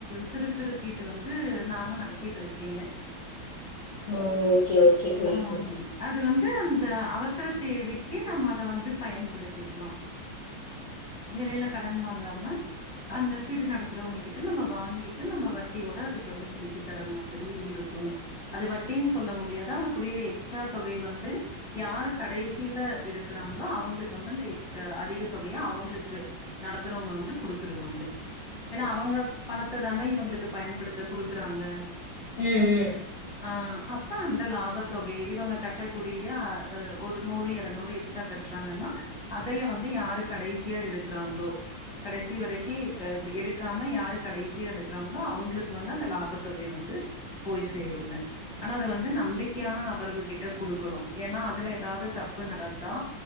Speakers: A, in the centre; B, on the left (about 75°).
A: சிறு சிறு சீட் டு வந்து நானு நடத்திட்ருக்கேங்க
B: ஆ ஓக்கே ஓக்கே தோழி
A: ஆ
B: தோழி
A: அது வந்து அந்த அவசரத் தேவைக்கி நம்ம அத வந்து பயன்படுத்திக்லா வெளில கடன் வாங்காம அந்த சீட்டு நடத்துறவுங்ககிட்ட நம்ம வாங்கிட்டு நம்ம வட் ட்டியோட அதுக்கு வந்து திருப்பி தர மாதிரி இருக்கூங்க அது வட்டின் சொல்ல முடியாது அவங்கக்கூடிய எக்ஸ்ட்ரா தொகை வந்து யாரு கடைசியில எடுக்குறாங்ளோ அவங்களுக்கு வந்து அந்த எக்ஸ்ட்ரா அதிக தொகையா அவங்களுக்கு நடத்துறவுங்க வந்து குடுத்துருவாங்க ஏன்னா அவங்க பணத்த தான இவுங்களுக்கு பயன்படுத்த குடுக்குறாங்க
B: ம் ம்
A: ஆ அப் அ அந்த லாபத்தொகய இவங்க கட்டக்கூடிய அ ஒரு நூறு எரநூறு எச்சா கட்றாங்கன்னா அதைய வந்து யாரு கடைசியா எடுக்குறாங்களோ கடைசி வரைக்கி எடுக்காம யாரு கடைசியா எடுக்குறாங் னா அவுங்களுக்கு வந்து அந்த லாபத்தொகை வந்து போய் சேருங்க ஆனா அது வந்து நம்பிக்கையான நபர்கள் கிட்ட குடுக்கணு ஏன்னா அதுல ஏதாது தப்பு நடந்தா